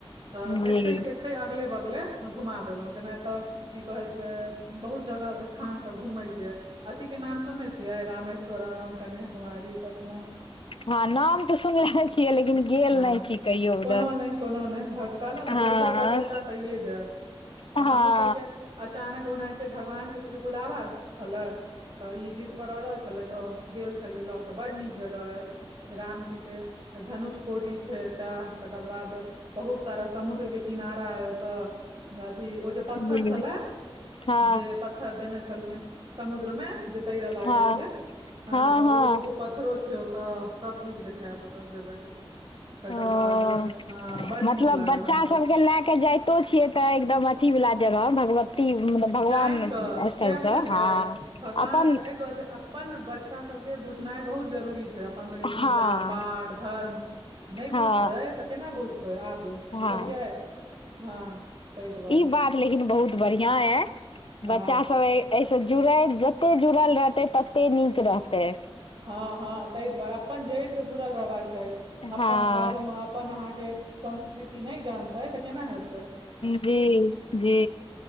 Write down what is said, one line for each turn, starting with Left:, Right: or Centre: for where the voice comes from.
Right: तऽ
Left: जी
Right: एते एते अगले बगले घुमा देलहुं जेना एतऽ की कहे छै बहुत जगह स्थान सब घूमेय के अथी के नाम सुनने छियै रामेश्वरम कन्यकुमार सब के
Left: हँ नाम तऽ सुनले छियै लेकिन गेल
Right: हँ
Left: नहि छी कहियो
Right: कोनो
Left: उधर
Right: नहि कोनो नहि भ कहलहु ने
Left: हँ
Right: जहिया बजेता तहिए जायब तऽ
Left: हँ
Right: हमूँ सबके अचानक ओनाहिते भगवान के बुझ बुलावा छलै तऽ इ जिद पर अड़ल छले तऽ गेल छलियै लऽ कऽ बड नीक जगह रामजी के धनुष कोडी छै एकटा तकर बाद बहुत सारा समुद्र किनारा ओतऽ अथी ओ जे पत्थर
Left: जी
Right: छलै
Left: हँ
Right: जे पतथर देने छलखिन समुद्र में जे तैरा लागे
Left: हँ
Right: छले ह
Left: हँ
Right: तऽ
Left: हँ
Right: ओ परो छै होता सब किछु देखखायत होता जबै तऽ तकर
Left: ओ
Right: बाद हँ बड
Left: मतलब
Right: नीक लागल
Left: बच्चा
Right: हमरा
Left: सबके लए के जत छियै तऽ एकदम अथी वाला जगह भगवत अी मतलब भगवान
Right: जानि कऽ किया
Left: स्थलसँ
Right: बुझलियै
Left: हँ
Right: भगवान
Left: अपन
Right: स्था एहि दुआरे छै अपन बच्चा सबके बुझनाइ बहुत जरूरी छै अपन सबके
Left: हँ
Right: पूजा पाठ धर्म नय
Left: हँ
Right: बुझतै तऽ केना बुझतै आगू बुझलियै
Left: हँ
Right: हँ ताहि दुआरे
Left: ई बात लेकिन बहुत बढ़ियाँ य
Right: हँ
Left: बच्चा सब एहिसँ जुड़ै जते जुड़ल रहतै तते नीक रहतै
Right: हँ हँ तहि दुआरे अपन जड़ि से जुड़ल रहबाक चाही अपन
Left: हँ
Right: धर्म अपन अहाँ के संस्कृति नय जानतै तऽ केना हेत
Left: जी जी